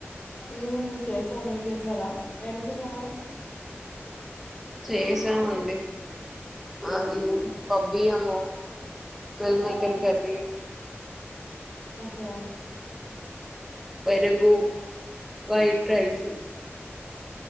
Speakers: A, on the left; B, in the centre.
A: మ్ చేసా మీరు చేసారా ఏం తిన్నారు
B: చేసామండి అది ప్పబ్బియ్యము మీల్ మేకర్ కర్రీ
A: ఓకే
B: పెరుగు వైట్ రైస్